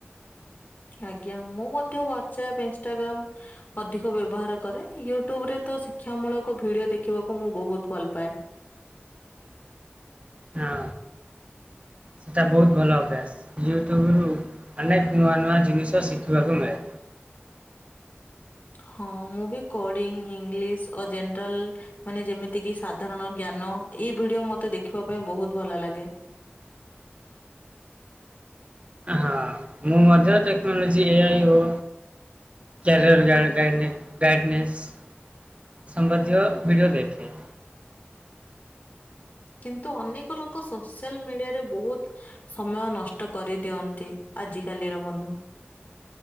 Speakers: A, on the left; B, on the right.
A: ଆଜ୍ଞା ମୁଁ ମଧ୍ୟ ହ୍ଵାଟସଆପ୍ ଇନ୍ ଷ୍ଟାଗ୍ରମ୍ ଅଧିକ ବ୍ୟବହାର କରେ ୟୁଟ୍ୟୁବ୍ ରେ ତ ଶିକ୍ଷା ମୂଳକ ଭିଡିଓ ଦେଖିବାକୁ ମୁଁ ବହୁତ୍ ଭଲ ପାଏ।
B: ହଁ ସେଟା ବହୁତ୍ ଭଲ ଅଭ୍ୟାସ ୟୁଟ୍ୟୁବ୍ ରୁ ଅନେକ ନୂଆ ନୂଆ ଜିନିଷ ଶିଖିବାକୁ ମିଳେ।
A: ହଁ ମୁଁ ବି କଡିଙ୍ଗ୍ ଇଂଲିଶ୍ ଅଜେନେରାଲ ମାନେ ଯେମିତି କିି ସାଧାରଣ ଜ୍ଞାନ ଏଇ ଭିଡିଓ ମତେ ଦେଖିବା ପାଇଁ ବହୁତ୍ ଭଲ ଲାଗେ।
B: ହଁ ମୁଁ ମଧ୍ୟ ଟେକ୍ନୋଲୋଜି ଏଆଇ ଓ ୍ୟାର ଗ ଗ ଗାଇସ୍ <inaudible> ସମ୍ବାଦୀୟ ଭିଡ଼ିଓ ଦେଖେ।
A: କିନ୍ତୁ ଅନେକ ଲୋକ ସୋସିଆଲ୍ ମିଡିଆରେ ବହୁତ୍ ସମୟ ନଷ୍ଟ କରିଦିଅନ୍ତି ଆଜିକାଲିର ବନ୍ଧୁ।